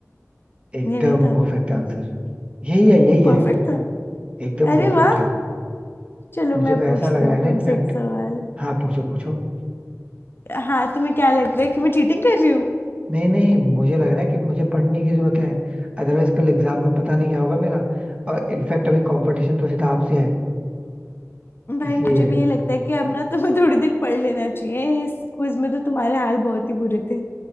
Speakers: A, on the right; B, on the left.
A: एकदम
B: ये नहीं था
A: परफेक्ट आंसर यही है यही है
B: परफेक्ट था
A: एकदम
B: अरे
A: परफेक्ट
B: वाह
A: है
B: चलो
A: मुझे
B: मैं
A: तो ऐसा
B: पूछती
A: लग रहा
B: हूँ
A: है ना
B: तुमसे
A: इनफैक्ट
B: एक सवाल
A: हाँ पूछो पूछो
B: हाँ तुम्हें क्या लग रहा है कि मैं चीटिंग कर रही हूँ
A: नहीं नहीं मुझे लग रहा है कि मुझे पढ़ने की जरूरत है अदरवाइज कल एग्जाम में पता नहीं क्या होगा मेरा और इनफैक्ट अभी कंपटीशन तो सीधा आपसे है
B: भाई
A: इसलिए
B: मुझे भी यही लगता है कि अब ना तुम्हें थोड़ी देर पढ़ लेना चाहिए इस क्विज में तो तुम्हारे हाल बहुत ही बुरे थे